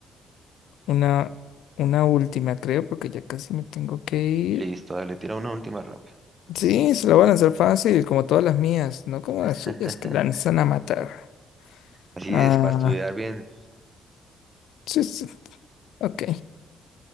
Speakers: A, on the left (about 75°); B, on the right (about 30°).
A: una, una última, creo, porque ya casi me tengo que ir.
B: Listo, dale, tira una última rapa.
A: Sí, se lo van a hacer fácil, como todas las mías, no como las
B: <laughs>
A: suyas que lanzan a matar.
B: Así
A: Ah,
B: es, para estudiar bien,
A: sí, sí, ok.